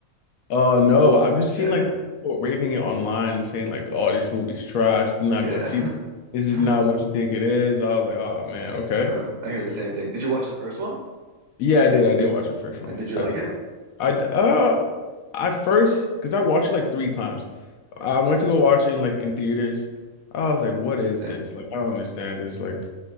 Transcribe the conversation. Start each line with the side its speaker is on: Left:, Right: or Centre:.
Left: Uh no, I've just seen
Right: Yeah,
Left: like people raving it online and saying like, "Oh, this movie's trash. Do not
Right: yeah.
Left: go see this. This is
Right: <laughs>
Left: not what you think it is." I was like, "Oh man, okay."
Right: Uh, I hear the same thing. Did you watch the first one?
Left: Yeah, I did. I did watch the first one.
Right: And did you
Left: I
Right: like
Left: did
Right: it?
Left: watch. I d- uh, at first, because I watched it like three times. I went to go watch it in, like in theaters. I was like, "What is
Right: Same.
Left: this? Like, I don't understand this. Like,